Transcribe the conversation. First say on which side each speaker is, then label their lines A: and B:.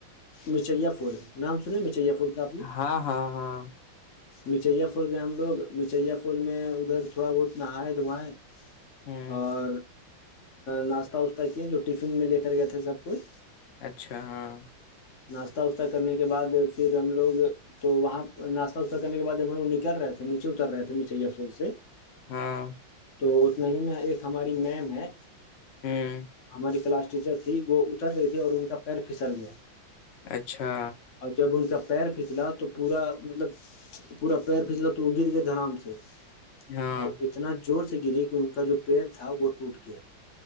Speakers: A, on the left (about 50°); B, on the left (about 70°).
A: مچیا پل نام سنے مچیا پول جپلو
B: ہاں ہاں ہاں
A: مچیا پھول گئے ہم لوگ مچھیا پھول میں ادھر تھوڑا بہت نہائے دھوائے
B: ہوں
A: اور ناشتہ وشہ کی ہے جو ٹفن میں لے کر گئے تھے سب کچھ
B: اچھا ہاں
A: ناشہ وسہ کرنے کے بعد پھر ہم لوگ تو وہاں ناس س کرنے بعد ہم وہ نکلے تھے نیچے اترے تھے میچھیا پھول سے
B: ہاں
A: تو اتنا ہی میں ایک ہماری میم ہے
B: ہوں
A: ہماری کلاس ٹیچر تھی وہ اتر رہی تھی اور ان کا پیر پھسل گیا
B: اچھا
A: اور جب ان کا پیر پھیسلا تو پورا مطلب پورا پیر پھسلا تو وہ گر گئے دھڑام سے
B: ہاں
A: اور اتنا زور سے گری کہ ان کا جو پیر تھا وہ ٹوٹ گیا